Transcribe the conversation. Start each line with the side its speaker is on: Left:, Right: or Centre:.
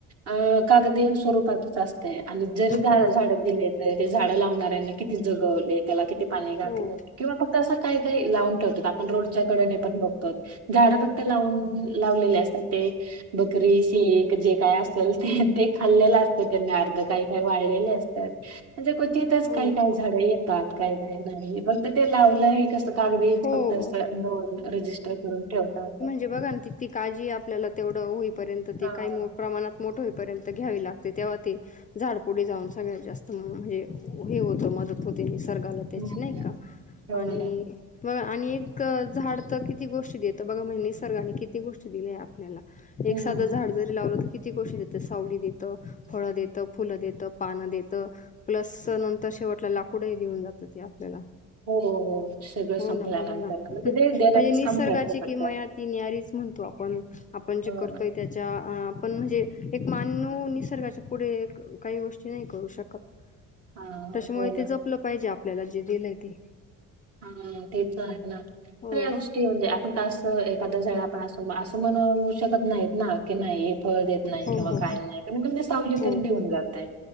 Right: अ कागदी स्वरूपातच अस तय, आणि जरी
Left: हो.
Right: झाड दिले तरी ते झाडं लावणाऱ्यांना किती जगवले, त्याला किती पाणी घातलं,
Left: हो.
Right: किंवा फक्त असं काय काय लावून ठेवतात, आपण रोडच्या कडेने पण बघतो झाडं फक्त लावून लावलेले असतात ते बकरी, शेळी जे काय असेल ते. ते खाल्लेलं असतं त्यांनी अर्ध काही काही वाळलेले असत्यात म्हणजे क्वचितच
Left: हो
Right: काही
Left: ना.
Right: काही झाड येतात, काय काय नाही, फक्त ते लावलंय कस कागदी
Left: हो.
Right: फक्त अस दोन रजिस्टर करून ठेवतात.
Left: ते बघणं ती ती काळजी आपल्याला तेवढं होईपर्यंत ती
Right: हां.
Left: काही मो प्रमाणात मोठं होईपर्यंत घ्यावी लागते तेव्हा ते झाडपुडे जाऊन सगळ्यात जास्त म हे होतं मदत होते निसर्गाला त्याची
Right: हं,
Left: नाही का?
Right: ठेवलं.
Left: आणि बघा आणि एक झाड तर किती गोष्टी देत बघा म्हणजे निसर्गाने किती गोष्टी दिली आपल्याला.
Right: हं.
Left: एक साधं झाड जरी लावलं तर किती गोष्टी देतं सावली देत, फळ देतं, फुलं देत पानं देत, प्लस नंतर शेवटला लाकूडही देऊन जातं ते आपल्याला.
Right: हो हो हो. सगळं संपल्यानंतर
Left: हो ना बघा ना म्हणजे
Right: ते देण्याचंच
Left: निसर्गाची
Right: काम करते फक्त.
Left: किमया ती न्यारीच म्हणतो आपण, आपण जे
Right: हं,
Left: करतोय त्याच्या आपण म्हणजे एक मान्यो निसर्गाच्या पुढे काही गोष्टी नाही करू शकत,
Right: हां.
Left: त्याच्यामुळे
Right: हो ना.
Left: ते जपलं पाहिजे आपल्याला जे दिलंय ते.
Right: हा तेच तर आहे ना,
Left: हो
Right: तर या गोष्टी म्हणजे आपण का असं आता झळा आपण असं म्हणू शकत नाहीत ना की नाही हे फळ देत नाही
Left: हो
Right: किंवा
Left: हो
Right: काय नाही कमीतकमी सावली
Left: हो
Right: तरी
Left: हो
Right: देऊन जात.